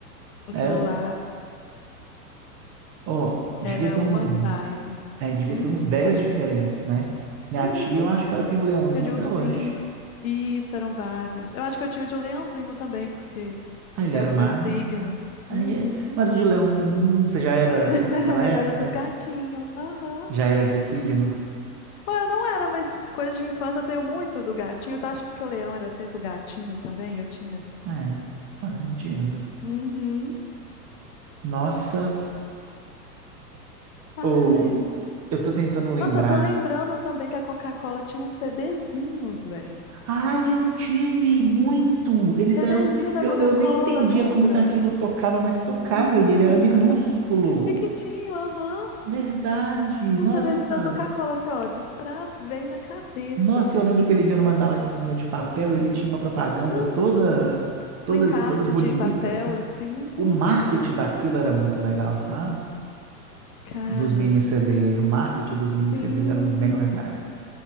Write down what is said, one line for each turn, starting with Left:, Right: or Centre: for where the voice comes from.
Left: aquilo
Right: É, eu-
Left: lá
Right: ó, devia
Left: era
Right: ter
Left: uma
Right: uns,
Left: vibe.
Right: é, devia
Left: Hum,
Right: ter uns 10 diferentes, né? Minha
Left: uhum,
Right: tia, eu acho que ela tem um leãozinho
Left: tinha de
Right: até
Left: ursinho.
Right: hoje.
Left: Isso, eram vários. Eu acho que eu tinha o de leãozinho também, porque
Right: Ah, ele
Left: por causa
Right: era
Left: do
Right: mais.
Left: meu signo.
Right: Aí
Left: Uhum.
Right: é... Mas o de leão, hum, você já era
Left: <laughs>
Right: assim naquela
Left: Eu
Right: época?
Left: era dos gatinhos. Aham.
Right: Já era de signo?
Left: Pô, eu não era, mas coisa de infância eu tenho muito do gatinho. Tá? Acho que porque o leão era sempre o gatinho também, eu tinha.
Right: É, faz sentido.
Left: Uhum.
Right: Nossa,
Left: Ai.
Right: ou eu tô tentando lembrar
Left: Nossa, eu tô lembrando também que a Coca-Cola tinha uns CDzinhos, velho.
Right: Ah, eu tive muito. Eles
Left: CDzinho
Right: eram.
Left: da
Right: Eu,
Left: Coca-Cola,
Right: eu nem entendia
Left: lembra?
Right: como que aquilo tocava, mas tocava
Left: <laughs>
Right: e ele era minúsculo.
Left: Piquitinho, aham.
Right: Verdade.
Left: E
Right: Nossa.
Left: o CDzinho da Coca-Cola, assim, ó, destravei na cabeça,
Right: Nossa,
Left: velho.
Right: eu lembro que ele vinha numa embalagenzinha de papel, ele tinha uma propaganda
Left: Uhum.
Right: toda, toda,
Left: Um encarte
Right: toda bonita,
Left: de papel,
Right: assim.
Left: assim.
Right: O
Left: Uhum.
Right: marketing daquilo era muito legal, sabe?
Left: Cara,
Right: Dos mini CDs. O marketing dos mini
Left: sim.
Right: CDs eram bem legais.